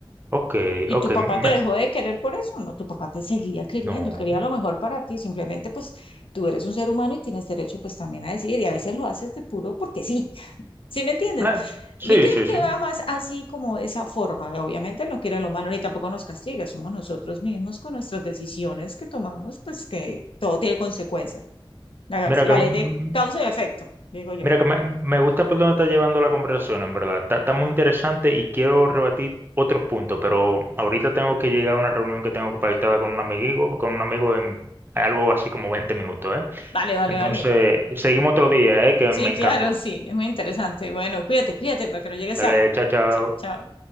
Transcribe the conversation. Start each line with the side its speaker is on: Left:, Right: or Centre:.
Right: Ok,
Left: ¿Y
Right: ok,
Left: tu papá te
Right: me-
Left: dejó de querer por eso? No, tu papá te seguía queriendo,
Right: no.
Left: él quería lo mejor para ti. Simplemente, pues, tú eres un ser humano y tienes derecho, pues, también a decidir. Y a veces lo haces de puro porque sí. ¿Sí me entiendes?
Right: Ah, sí,
Left: Yo creo
Right: sí,
Left: que
Right: sí.
Left: va más así como de esa forma. Obviamente no quiere lo malo ni tampoco nos castiga. Somos nosotros mismos con nuestras decisiones que tomamos, pues que todo tiene consecuencia. La,
Right: Mira
Left: la
Right: que mm,
Left: ley de causa y efecto, digo yo.
Right: Mira, que me, me gusta por dónde está llevando la conversación, en verdad. Está, está muy interesante y quiero rebatir otros puntos, pero ahorita tengo que llegar a una reunión que tengo pactada con un amigo, con un amigo en algo así como 20 minutos, ¿eh?
Left: Vale, vale,
Right: Entonces,
Left: vale.
Right: seguimos otro día, ¿eh? Que
Left: Sí,
Right: me encantó.
Left: claro, sí. Es muy interesante. Bueno, cuídate, cuídate para que no llegues
Right: Dale,
Left: tarde.
Right: chao, chao.
Left: Chao.